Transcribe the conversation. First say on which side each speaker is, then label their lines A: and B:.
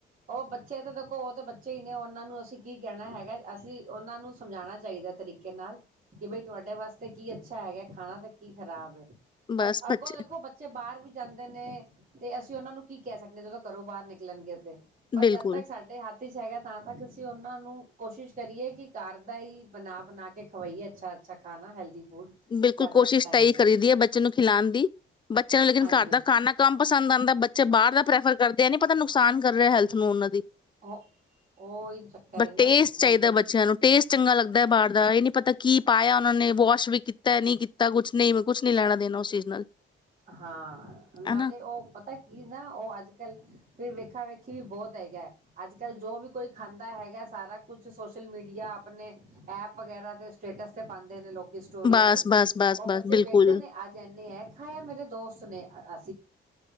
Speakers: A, on the right; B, on the left.
A: ਉਹ ਬੱਚੇ ਤੇ ਦੇਖੋ, ਉਹ ਤਾਂ ਬੱਚੇ ਹੀ ਨੇ ਉਹਨਾਂ ਨੂੰ ਅਸੀਂ ਕੀ ਕਹਿਣਾ ਹੈਗਾ ਅਸੀਂ ਉਹਨਾਂ ਨੂੰ ਸਮਝਾਣਾ ਚਾਹੀਦਾ ਤਰੀਕੇ ਨਾਲ ਕਿ ਬਈ ਤੁਹਾਡੇ ਵਾਸਤੇ ਕੀ ਅੱਛਾ ਹੈਗਾ ਖਾਣਾ ਤਾਂ ਕੀ ਖਰਾਬ ਹੈ।
B: ਬਸ
A: ਬਟ
B: ਬੱਚੇ
A: ਅੱਗੋਂ ਦੇਖੋ ਬੱਚੇ ਬਾਹਰ ਵੀ ਜਾਂਦੇ ਨੇ ਤੇ ਅਸੀਂ ਉਹਨਾਂ ਨੂੰ ਕੀ ਕਹਿ ਸਕਦੇ ਹਾਂ ਜਦੋਂ ਘਰੋਂ ਬਾਹਰ ਨਿਕਲਣਗੇ ਤੇ। ਬਟ
B: ਬਿਲਕੁਲ,
A: ਜਦ ਤੱਕ ਸਾਡੇ ਹੱਥ ਚ ਹੈਗਾ ਤਾਂ ਤੱਕ ਅਸੀਂ ਉਹਨਾਂ ਨੂੰ ਕੋਸ਼ਿਸ਼ ਕਰੀਏ, ਕਿ ਘਰ ਦਾ ਹੀ ਬਣਾ ਬਣਾ ਕੇ ਖਵਾਈਏ ਅੱਛਾ, ਅੱਛਾ ਖਾਣਾ ਹੈਲਦੀ ਫੂਡ
B: ਬਿਲਕੁਲ
A: ਜ਼ਿਆਦਾ
B: ਕੋਸ਼ਿਸ਼
A: ਅੱਛਾ
B: ਤਾਂ
A: ਹੈਗਾ
B: ਹੀ ਕਰੀ ਦੀ ਹੈ, ਬੱਚੇ ਨੂੰ ਖਿਲਾਣ ਦੀ ਬੱਚੇ ਨੂੰ ਲੇਕਿਨ
A: ਹਾਂਜੀ
B: ਘਰ ਦਾ ਖਾਨਾ ਕੰਮ ਪਸੰਦ ਆਦਾ ਬੱਚੇ ਬਾਹਰ ਦਾ ਪ੍ਰੈਫਰ ਕਰਦੇ ਨੇ ਇਹ ਨੀ ਪਤਾ ਨੁਕਸਾਨ ਕਰ ਰਿਹਾ ਹੈਲਥ ਨੂੰ ਉਹਨਾਂ ਦੀ।
A: ਉਹ ਉਹ ਹੀ ਚੱਕਰ
B: ਬਟ
A: ਹੈ ਨਾ
B: ਟੇਸਟ
A: ਮੰਨਦੇ
B: ਚਾਹੀਦਾ ਬੱਚਿਆਂ ਨੂੰ ਟੇਸਟ ਚੰਗਾ ਲੱਗਦਾ ਬਾਹਰ ਦਾ ਇਹ ਨੀ ਪਤਾ ਕੀ ਪਾਇਆ ਉਹਨਾਂ ਨੇ ਵਾਸ਼ ਵੀ ਕੀ ਤੈਅ ਨੀ ਕੀਤਾ ਕੁਛ ਨਹੀਂ ਕੁੱਛ ਨੀ ਲੈਣਾ ਦੇਣਾ ਉਸ ਚੀਜ਼ ਨਾਲ।
A: ਹਾਂ ਨਾਲੇ
B: ਹਨਾ
A: ਉਹ ਪਤਾ ਕੀ ਨਾ ਉਹ ਅੱਜ ਕੱਲ ਫਿਰ ਵੇਖ ਵੇਖਾਂ ਵੇਖੀ ਵੀ ਬਹੁਤ ਹੈਗਾ, ਅੱਜ ਕੱਲ੍ਹ ਜੋ ਵੀ ਕੋਈ ਖਾਂਦਾ ਹੈਗਾ, ਸਾਰਾ ਕੁਛ ਸੋਸ਼ਲ ਮੀਡੀਆ ਆਪਣੇ ਐਪ ਵਗੈਰਾ ਤੇ ਸਟੇਟਸ ਤੇ ਪਾਦੇ ਨੇ ਲੋਕ ਸਟੋਰੀਆਂ
B: ਬਸ,
A: ਵਿੱਚ,
B: ਬਸ, ਬਸ,
A: ਉਹ
B: ਬਸ
A: ਬੱਚੇ
B: ਬਿਲਕੁਲ।
A: ਵੇਖਦੇ ਨੇ ਅੱਜ ਇੰਨੇ ਏ ਦੋਸਤ ਨੇ ਅ ਅ